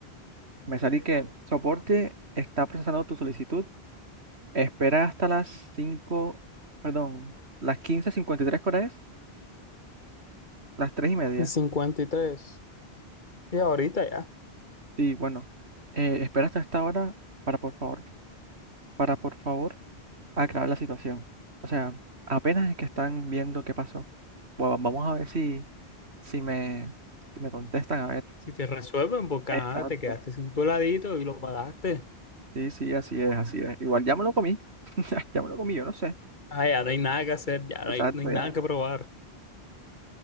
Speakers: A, on the right (about 85°); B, on the left (about 50°).
A: Me salí que soporte está procesando tu solicitud Espera hasta las cinco perdón, las 15.53, ¿cuál es? Las 3 y media.
B: Y 53. Y tres. Y ahorita ya.
A: Sí, bueno, eh, espera hasta esta hora para por favor, para por favor aclarar la situación. O sea, apenas es que están viendo qué pasó. Bueno, vamos a ver si, si me, si me contestan, a ver.
B: Si te resuelven, porque
A: Exacto.
B: ajá, te quedaste sin tu heladito y lo pagaste.
A: Sí, sí, así es, así es. Igual ya me lo comí. <laughs> Ya me lo comí, yo no sé.
B: Ah, ya no hay nada que hacer, ya no
A: Exacto,
B: hay, no hay nada
A: ya.
B: que probar.